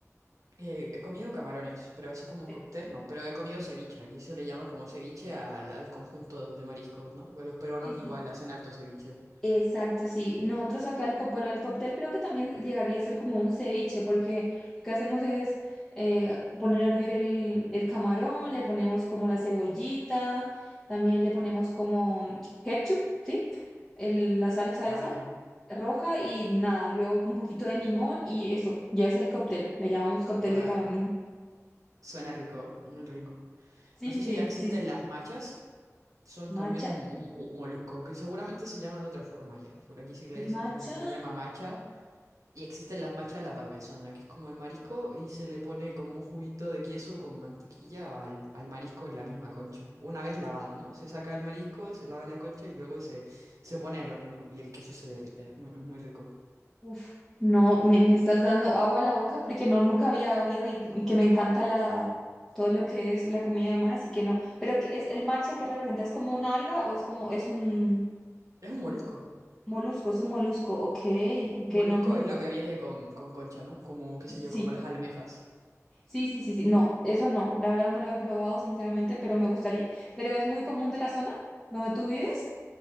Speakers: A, on the right; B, in the centre.
A: Eh, he comido camarones, pero así como
B: Pero-
A: cóctel, no. Pero he comido ceviche. Aquí se le llama como ceviche al, al conjunto de mariscos, ¿no? Los peruanos
B: Sí,
A: igual
B: sí, sí.
A: hacen harto ceviche.
B: Exacto, sí. Nosotros acá el, co- bueno, el cóctel creo que también llegaría a ser como un ceviche, porque lo que hacemos es eh, poner a hervir el, el camarón, le ponemos como la cebollita, también le ponemos como ketchup, ¿sí? El- la salsa
A: Vaya.
B: esa roja y nada, luego un poquito de limón y eso, ya es el cóctel, le llamamos cóctel
A: Va,
B: de camarón.
A: suena rico, muy rico.
B: Sí,
A: No sé
B: sí,
A: si ya existen
B: sí, sí. sí.
A: las machas. Son
B: Macha,
A: también un, un- un molusco que seguramente se llama de otra forma ya. Por aquí se le, se
B: macha.
A: pone, se le llama macha Y existen las machas a la parmesana, que es como el marisco y se le pone como un juguito de queso con mantequilla al, al marisco en la misma concha. Una vez lavado, ¿no? Se saca el marisco, se lava la concha y luego se, se pone al horno y el queso se derrite. Es muy, es muy rico.
B: Uf, no, me, me estás dando agua a la boca porque no, nunca había oído y que me encanta la, todo lo que es la comida de mar, así que no. Pero ¿qué es el matcha que representa? ¿Es como una alga o es como, es un
A: Es un molusco.
B: molusco? Es un molusco, ok,
A: Un
B: que
A: molusco
B: no, nunca.
A: es lo que viene con, con concha, ¿no? Como, qué
B: Sí,
A: sé yo, como las almejas.
B: sí, sí, sí, sí, no, eso no, la verdad no lo he probado sinceramente, pero me gustaría. ¿Pero es muy común de la zona donde tú vives?